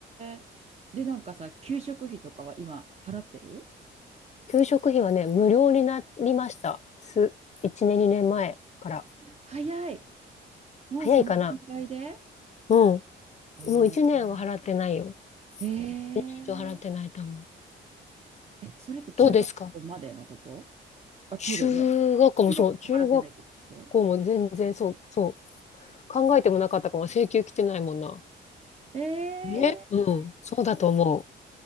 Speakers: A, on the right; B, on the left.
A: え。で、なんかさ、給食費とかは今払ってる
B: 給食費はね、無料になりました。す、1年、2年前から。
A: 早い。もうその段階で
B: 早いかな。うん。
A: えー
B: もう1年は払ってないよ。
A: えー
B: 1年以上払ってないと思う。
A: え、それって中学校までのこと
B: どうですか
A: あ、そうだよね。
B: 中学校もそう、
A: 中学校払ってないってこと
B: 中学校も全然そう、そう、考えてもなかったかも、請求来てないもんな。
A: えー、
B: ねうん、そうだと思う。